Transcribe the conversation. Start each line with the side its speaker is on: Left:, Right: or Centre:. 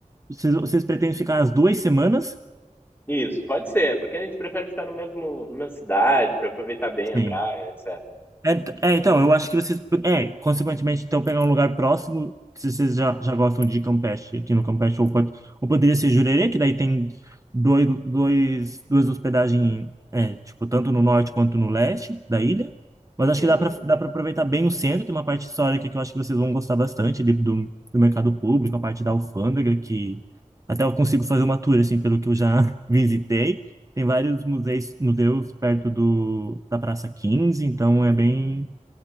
Right: vocês, vocês pretendem ficar as duas semanas?
Left: Isso, pode ser, porque a gente prefere ficar no mesmo, na mesma cidade para aproveitar bem
Right: Sim.
Left: a praia, etc.
Right: É, t- é, então, eu acho que vocês. É, consequentemente, então, pegar um lugar próximo, que se vocês já, já gostam de Campeche, aqui no Campeche, ou, pode- ou poderia ser Jurerê, que daí tem dois, dois, duas hospedagens, é, tipo, tanto no norte quanto no leste da ilha. Mas acho
Left: Uhum.
Right: que dá para dá para aproveitar bem o centro, tem uma parte histórica que eu acho que vocês vão gostar bastante ali do, do mercado público, a parte da alfândega, que até eu consigo fazer uma tour, assim, pelo que eu já <laughs> visitei. Tem vários museus, museus perto do, da Praça quinze então é bem.